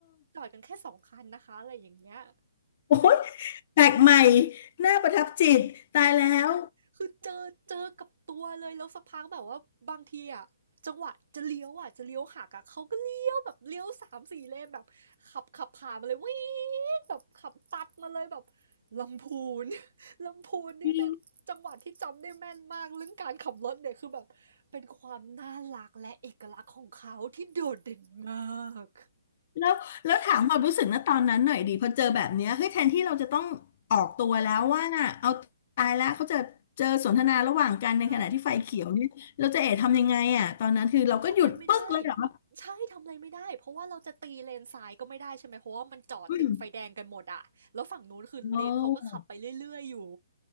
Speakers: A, on the right (about 55°); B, on the left (about 40°).
A: จอดกันแค่สองคันนะคะอะไรอย่างเงี้ย
B: อ้ยแปลกใหม่น่าประทับจิตตายแล้ว
A: คือเจอเจอกับตัวเลยแล้วสักพักแบบว่าบางทีอะจังหวะจะเลี้ยวอะจะเลี้ยวหักอะเขาก็เลี้ยวแบบเลี้ยวสามสี่เลนแบบขับขับผ่านมาเลยวีดแบบขับตัดมาเลยแบบลำพูน <laughs> ลำพูนนี่เป็นจังหวัดที่จำได้แม่นมากเรื่องการขับรถเนี่ยคือแบบเป็นความน่ารักและเอกลักษณ์ของเขาที่โดดเด่นมาก
B: จริงแล้วแล้วถามความรู้สึกนะตอนนั้นหน่อยดีพอเจอแบบเนี้ยเฮ้ยแทนที่เราจะต้องออกตัวแล้วว่าน่ะเอาตายแล้วเขาจะเจอสนทนาระหว่างกันในขณะที่ไฟเขียวเนี่ยเราจะเอ๋ทำยังไงอ่ะตอนนั้นคือเราก็หยุดปึ๊กเลยเหรอ
A: ค่ะ ทำอะไรไม่ได้ใช่ทำอะไรไม่ได้เพราะว่าเราจะตีเลนซ้ายก็ไม่ได้ใช่ไหมเพราะว่ามันจอดติดไฟแดงกันหมดอะแล้วฝั่งนู้นคือเลนเขาก็ขับไปเรื่อยๆอยู่
B: อืมโอ้